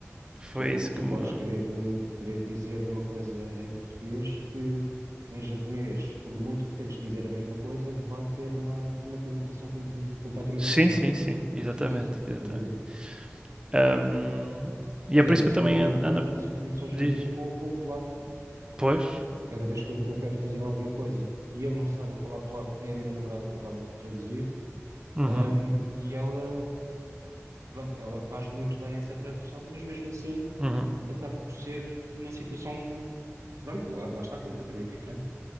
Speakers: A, on the right; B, on the right.
A: foi
B: Tu,
A: isso
B: tu
A: que me.
B: podes querer, eh, querer dizer uma coisa em português que em japonês, por muito que tentes dizer a mesma coisa, vai ter uma, uma conotação comple- completamente
A: Sim,
B: diferente.
A: sim, sim, exatamente,
B: Sim, sim, sim,
A: exatamente.
B: sem dúvida.
A: Ahm, e
B: Aliás,
A: é por isso
B: eu
A: que
B: sinto,
A: eu também
B: is-
A: ando.
B: eu,
A: ando
B: eu sinto isso hoje
A: diz,
B: em dia com, com o polaco.
A: pois.
B: Eh, Cada vez que eu, que eu quero fazer alguma coisa que eu não saiba falar polaco, é a minha namorada que acaba por traduzir.
A: Uhum,
B: Ahm, e ela, pronto, ela faz muito bem essa tradução, mas mesmo assim
A: uhum.
B: acaba por ser uma situação Pronto, lá, lá está, completamente diferente.